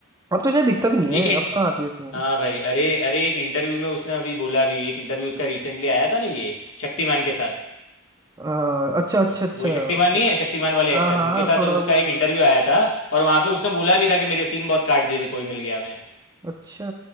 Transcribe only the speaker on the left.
अ,
एक
इंट
हाँ भाई अरे अरे एक इंटरव्यू में उसने अभी बोला भी एक इंटरव्यू उसका रिसेंटली आया था ना ये शक्तिमान के साथ
वो
वो
शक्तिमान नहीं है शक्तिमान वाले
एक्टर
उनके साथ
उसका
एक इंटरव्यू आया था और वहाँ पे उसने बोला भी था कि मेरे सीन बहुत काट दिए थे कोई मिल गया मैं